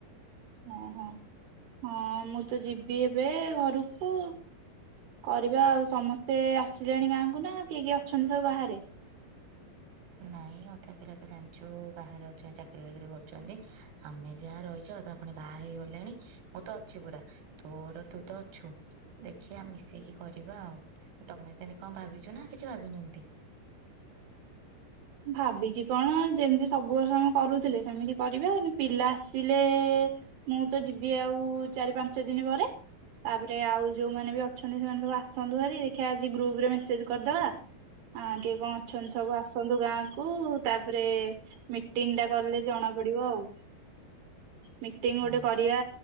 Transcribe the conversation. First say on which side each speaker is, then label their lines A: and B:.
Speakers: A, on the right (about 80°); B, on the right (about 65°).
A: ଓହୋ ହଁ ମୁଁ ତ ଯିବି ଏବେ ଘରକୁ କରିବା ଆଉ ସମସ୍ତେ ଆସିଲେଣି ଗାଁ କୁ ନା କିଏ କିଏ ଅଛନ୍ତି ସବୁ ବାହାରେ?
B: ନାଇଁ ଅଧାପିଲା ତ ଜାଣିଛୁ ବାହାରେ ଅଛନ୍ତିଚାକିରୀ ବାକିରି କରୁଛନ୍ତି ଆମେ ଯାହା ରହିଛୁ। ତ ଅଧା ପୁଣି ବାହା ହେଇଗଲେଣି ମୁଁ ତ ଅଛି ପୁରା ତୋର ତୁ ତ ଅଛୁ ଦେଖିବା ମିଶେଇକି କରିବା ଆଉ ତମେ ଏକାନି କଣ ଭାବିଛ ନା କିଛି ଭାବିନ ଏମିତି।
A: <inaudible> ଭାବିଛି କଣ ଯେମିତି ସବୁ ବର୍ଷ ଆମେ କରୁଥିଲେ ସେମିତି କରିବା ପିଲା ଆସିଲେ ମୁଁ ତ ଯିବି ଆଉ ଚାରି ପାଞ୍ଚ ଦିନି ପରେ ତାପରେ ଆଉ ଯୋଉମାନେ ବି ଅଛନ୍ତି ସେମାନେ ସବୁ ଆସନ୍ତୁ ହେରି ଦେଖିବା ଆଜି ଗ୍ରୁପରେ ମେସେଜ କରିଦବା ହଁ କେ କଣ ଅଛନ୍ତି ସବୁ ଆସନ୍ତୁ ଗାଁ କୁ ତାପରେ ମିଟିଙ୍ଗ ଟା କରିଲେ ଜଣା ପଡିବ ଆଉ। ମିଟିଙ୍ଗ ଗୋଟେ
B: ହଁ
A: କରିବା